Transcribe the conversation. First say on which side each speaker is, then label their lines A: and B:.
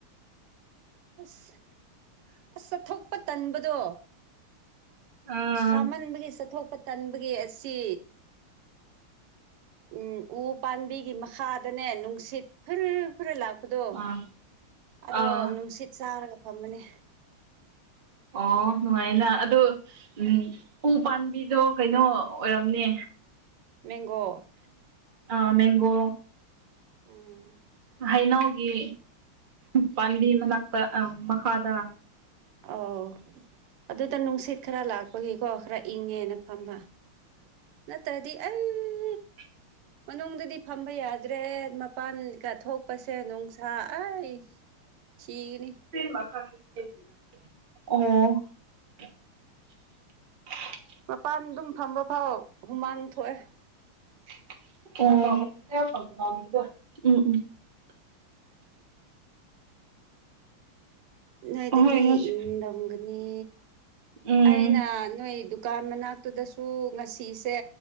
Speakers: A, on the right (about 85°); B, on the right (about 30°).
A: ꯑꯁ ꯑꯁ ꯆꯠꯊꯣꯛꯄ ꯇꯟꯕꯗꯣ
B: ꯑꯥ
A: ꯁꯥꯃꯟꯕꯒꯤ ꯆꯠꯊꯣꯛꯄ ꯇꯟꯕꯒꯤ ꯑꯁꯤ ꯎꯝ ꯎ ꯄꯥꯝꯕꯤꯒꯤ ꯃꯈꯥꯗꯅꯦ ꯅꯨꯡꯁꯤꯠ ꯐꯜ ꯈꯔ ꯂꯥꯛꯄꯗꯣ
B: ꯑꯥ
A: ꯑꯗꯣ
B: ꯑꯥ
A: ꯅꯨꯡꯁꯤꯠ ꯆꯥꯔꯒ ꯐꯝꯗꯅꯦ
B: ꯑꯣ ꯅꯨꯡꯉꯥꯏꯅ ꯑꯗꯣ ꯎꯝ ꯎ ꯄꯥꯝꯕꯤꯗꯣ ꯀꯩꯅꯣ ꯑꯣꯏꯔꯝꯅꯦ
A: ꯃꯦꯡꯒꯣ
B: ꯑ ꯃꯦꯡꯒꯣ
A: ꯎꯝ
B: ꯍꯩꯅꯥꯎ ꯑꯩ ꯒꯤ ꯄꯥꯝꯕꯤ ꯃꯅꯥꯛꯇ ꯃꯈꯥꯗ
A: ꯑꯣ ꯑꯗꯨꯗ ꯅꯨꯡꯁꯤꯠ ꯈꯔ ꯂꯥꯛ ꯑꯩꯏꯒꯤꯀꯣ ꯈꯔ ꯏꯪꯉꯦꯅ ꯐꯝꯕ ꯅꯠꯇ꯭ꯔꯗꯤ ꯑꯩ
B: <inaudible>
A: ꯃꯅꯨꯡꯗꯗꯤ ꯐꯝꯕ ꯌꯥꯗ꯭ꯔꯦ ꯃꯄꯥꯟꯒ ꯊꯣꯛꯄꯁꯦ ꯅꯨꯡꯁꯥ ꯑꯩ
B: <inaudible>
A: ꯁꯤꯒꯅꯤ
B: ꯊꯤꯟꯕ ꯐꯦ ꯑꯣ
A: ꯃꯄꯥꯟ ꯑꯗꯨꯝ ꯐꯝꯕ ꯐꯥꯎ ꯍꯨꯃꯥꯡ ꯊꯣꯛꯑꯦ
B: ꯑ ꯎꯝ ꯎꯝ
A: ꯅꯣꯏꯗꯗꯤ
B: ꯍꯣꯏ ꯉꯁꯤ
A: ꯏꯪ ꯅꯝꯒꯅꯤ
B: ꯎꯝ
A: ꯑꯩꯅ ꯅꯣꯏ ꯗꯨꯀꯥꯟ ꯃꯅꯥꯛꯇꯨꯗꯁꯨ ꯉꯁꯤꯁꯦ